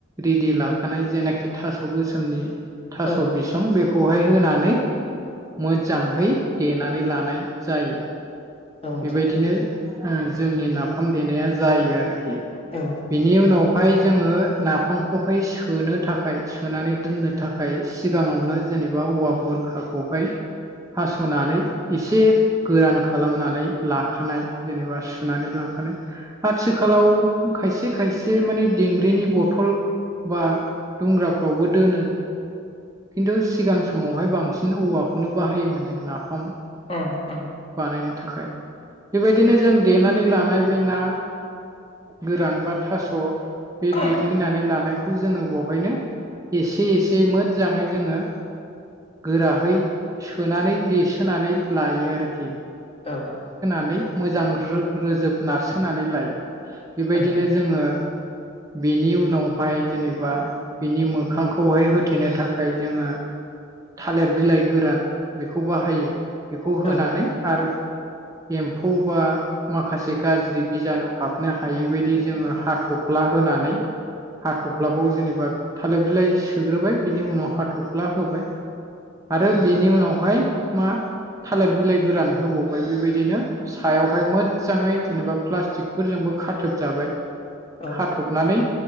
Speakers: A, on the right; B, on the left.
A: रेडि लाखानाय जेनाखि थास' गोसोमनि थास'
B: औ
A: बिसं बेखौहाय होनानै। मोजाङै देनानै लानाय जायो
B: औ नोंथां
A: बेबायदिनो। जोंनि नाफाम देनाया जायो आरोखि
B: औ
A: बेनि उनाव उनावहाय जोङो नाफामखौहाय सोनो थाखाय सोनानै दोननो थाखाय सिगाङावनो जे जेनेबा औवा बुरखाखौहाय हास'नानै एसे गोरान खालामनानै लाखानाय जेनेबा सुनानै लाखानाय आथिखालाव खायसे खायसे माने दिंग्रिनि बथल बा दुंग्राफ्रावबो दोनो खिन्थु सिगां समावहाय बांसिन औवाखौनो बाहायोमोन जों नाफाम
B: ओम-ओम।
A: बानायनो थाखाय बेबायदिनो जों देनानै लानाय बे ना गोरान। बा थास' बे
B: औ
A: देग्लिनानै लानायखौ जोङो बेवहायनो एसे एसे मोजाङै जोङो। गोराहै सोनानै देसोनानै लायो आरोखि।
B: औ।
A: नानै मोजां रोजोब नारसोनानै लायो बेबायदिनो
B: औ
A: जोङो बेनि उनावहाय जेनेबा बिनि मोखांखौहाय होथेनो थाखाय जोङो। थालिर बिलाइ गोरान बेखौ बाहायो बेखौ होनानै
B: उम
A: आरो एम्फौ बा माखासे गाज्रि बिजानु हाब नो हायिबायदि जोङो हाथ'फ्ला होनानै हाथ'फ्लाखौ जेनेबा थालिर बिलाइ सोग्रोबाय बिनि उनाव हाथ'फ्ला होबाय आरो
B: औ
A: बेनि उनावहाय मा? थालिर बिलाइ गोरान होबावबाय बेबायदिनो सायावहाय मोजाङै जेनेबा प्लास्टिकफोरजोंबो खाथबजाबाय
B: उम औ
A: खाथबनानै